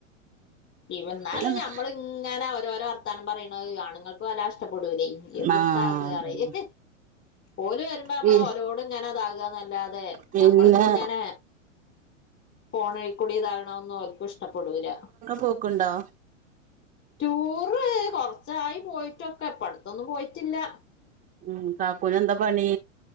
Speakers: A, on the left (about 30°); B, on the right (about 20°).
A: ഇ എന്നാലും
B: പിന്നെ
A: നമ്മൾ ഇങ്ങനെ ഓരോരോ വർത്താനം പറയണത് ആണുങ്ങൾക്കോലാ ഷ്ടപ്പെടൂല്ലേ എന്ത്ത്താത്റയേ
B: ആ അതന്നെ
A: ഓല് വരുമ്പോ നമ്മള്
B: പി
A: ഓലോട് ഇങ്ങനെതാകന്നല്ലാതെ
B: പിന്നെ
A: ഞമ്മള്ങ്ങനെ ഫോണഴിക്കൂട ഇതാകണൊന്നും ഒല്ക്കും ഇഷ്ടപ്പെടൂല
B: പോക്കുണ്ടോ
A: ടൂറ് കൊറച്ചായി പോയിട്ടൊക്കെ ഇപ്പടുത്തൊന്നും പോയ്ട്ടില്ല
B: ഉം കാക്കൂന് എന്താ പണി